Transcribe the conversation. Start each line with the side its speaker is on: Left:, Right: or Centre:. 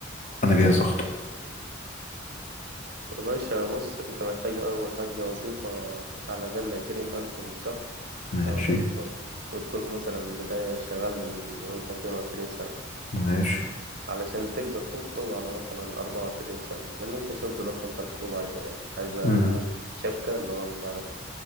Left: انا جاهز اخطب
Right: يا باشا بص أنت محتاج أول حاجة وظيفة على الأقل عشرين ألف في الشهر
Left: ماشي
Right: تمام؟ <laughs> وتكون مثلا بداية شغال من وأنت اتنين وعشرين سنة
Left: ماشي
Right: علشان تقدر تخطب على مثلا أربعة وعشرين سنة لأن أنت شوف دلوقتي أنت الخطوبة عايزة إيه عايزة
Left: مم،
Right: شبكة اللي هو مش عارف